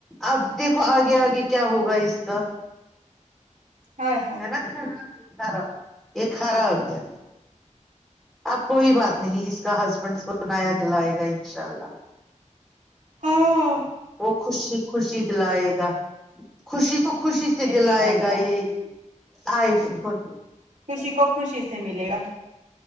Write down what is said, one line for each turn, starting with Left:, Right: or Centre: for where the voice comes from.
Centre: اب دیکھو آگے آگے کیا ہوگا اس کا
Right: ہائے ہائے
Centre: ہےنا
Right: ہائے
Centre: کھارا باکھارا یا خراب ہے اب کوئی بات نہیں اس کا ہسبینڈ اس کو بنایا دلائے گا انشاء اللہ
Right: ہاں
Centre: وہ خوشی خوشی دلائے گا خوشی کو خوشی سے دلائے
Right: انشاء اللہ
Centre: گا یہ آئی فون
Right: خوشی کو خوشی سے ملے گا